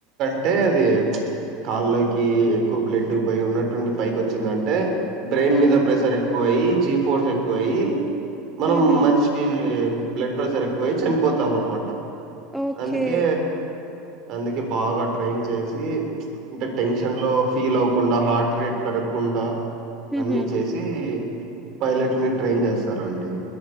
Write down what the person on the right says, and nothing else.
అంటే అది కాళ్ల కి ఎక్కువ బ్లడ్ పోయ్ ఉన్నటుండి పైకి వచ్చిందంటే బ్రెయిన్
మీద ప్రెషర్ ఎక్కువ వయి జీ ఫోర్స్ ఎక్కువయి మనం
మనిషికి బ్లడ్ ప్రెషర్ ఎక్కువై చనిపోతాం అన్నమాట
అందుకే అందుకే బాగా ట్రైన్ చేసి టెన్షన్లో ఫీల్ అవ్వకుండా హార్ట్ రేట్ పెరగకుండా
అన్నీ చేసి పైలట్ ని ట్రైన్ చేస్తారండి